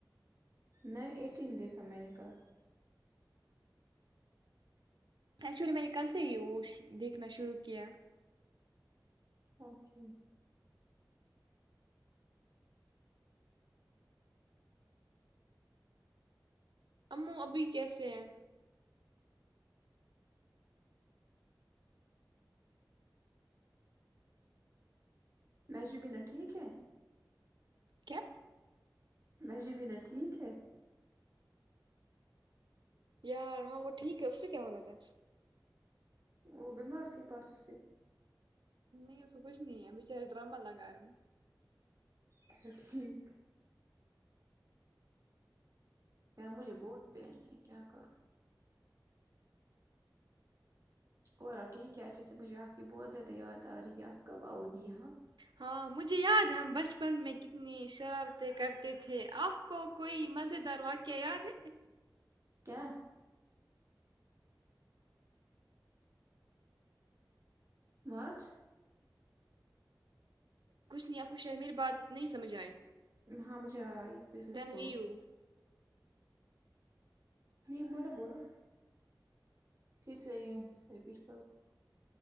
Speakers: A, on the right; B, on the right.
A: نہیں ایٹین دیکھا میں نے کل
B: ایکچولی میں نے کل سے ہی وہ دیکھنا شروع کیا
A: اوکے
B: او ابھی کےسے ہیں
A: مہجوبینا ٹھیک ہے
B: کیا
A: مہجبینا ٹھیک ہے
B: یار وہاں وہ ٹھیک ہے اس سے کیا ہونا تھا
A: وہ بیمار تھی پرسو سے
B: نہی اسے کچھ نہیں ہے بیچاری ڈراما لاگا رہی ہیں
A: اچھا ٹھیک یار مجھے بہت پین ہے کیا کروں اور ٹھیک ہے اچھے سے مجھے اپ کی بہت زیادہ یاد ارہی ہے اپ کب اؤ گے یہاں
B: ہاں مجھے یاد ہے ہم بچپن میں کتنی شرارتیں کرتے تھے اپ کو کوئی مزیدار واقعہ یاد ہے
A: کیا وچ
B: کچھ نہیں اپ کو شر میری بات نہیں سمجھ ائی
A: ہاں مجھے ائی پھر سے
B: دین
A: بولو
B: لیو
A: نہیں بولو بولو پھر سے اگین ریپیٹ کرو